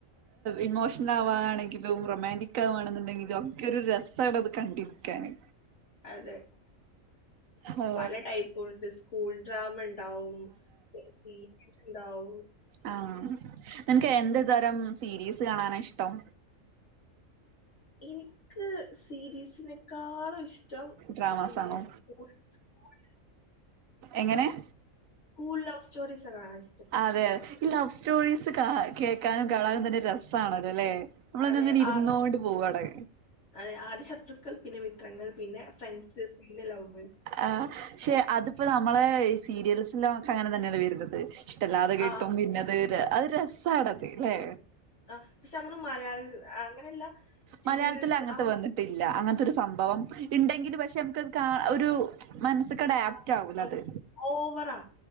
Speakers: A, on the right; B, on the left.
A: ഇമോഷണൽ ആവാണെങ്കിലും റൊമാന്റിക് ആവാണെന്നുണ്ടെ ഇതൊക്കെ ഒരു രസമാണ് അത് കണ്ടിരിക്കാന്
B: അതെ
A: ഹോ
B: പല ടൈപ്പു ഉണ്ട് സ്കൂൾ ഡ്രാമ ഉണ്ടാവും സീരിൽസ് ഉണ്ടാവും
A: ആ നിനക്ക് എന്ത് തരം സീരീസ് കാണാനാ ഇഷ്ടം
B: എനിക്ക് സീരീസിനെക്കാളും ഇഷ്ടം
A: ഡ്രാമാസാണോ
B: ഇങ്ങനെ സ്കൂൾ സ്കൂൾ
A: എങ്ങനെ
B: സ്കൂൾ ലവ് സ്റ്റോറി സ കാണാനിഷ്ടം
A: അതെ ഈ ലവ് സ്റ്റോറീസ് കാ കേൾക്കാനും കാണാനും തന്നെ രസാണല്ലോ അല്ലേ നമ്മളങ്ങ
B: അതെ
A: അങ്ങനെ ഇരുന്നോണ്ടി
B: ആ
A: പോവടെ
B: അതെ ആദ്യ ശത്രുക്കൾ പിന്നെ മിത്രങ്ങൾ പിന്നെ ഫ്രണ്ട്സ് പിന്നെ ലവ്
A: ആഹ് പക്ഷെ അതിപ്പോ നമ്മളെ സീരിയൽസല്ലാംക്കെ അങ്ങനെ തന്നെയാല്ലേ വരുന്നത് ഇഷ്ടമല്ലാതെ കിട്ടും
B: ആ
A: പിന്നെ അത് അത് രസണത് അല്ലെ
B: ആ പക്ഷെ നമ്മള് മലയാള അങ്ങനെയല്ല സീരിയൽസ്
A: മലയാളത്തി അങ്ങനത്തെ
B: അം
A: വന്നിട്ടില്ല അങ്ങനത്തെരു സംഭവം ഇ ണ്ട പക്ഷെ നമുക്ക് ക ഒരു മനസിക്ക് അടാപ്റ്റ്
B: ആ
A: ആവലത്
B: തോ ഓവറാ